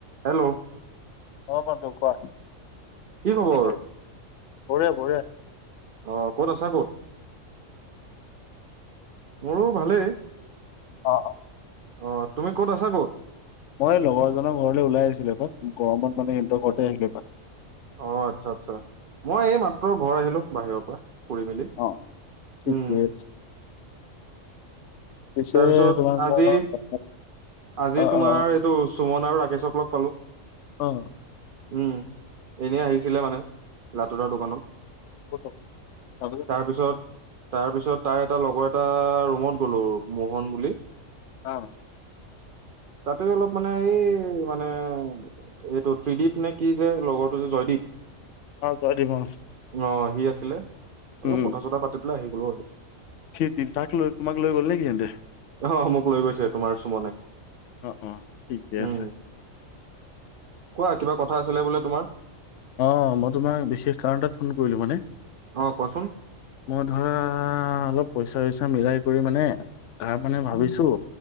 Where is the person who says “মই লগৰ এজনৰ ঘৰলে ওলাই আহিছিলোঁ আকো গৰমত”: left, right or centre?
Left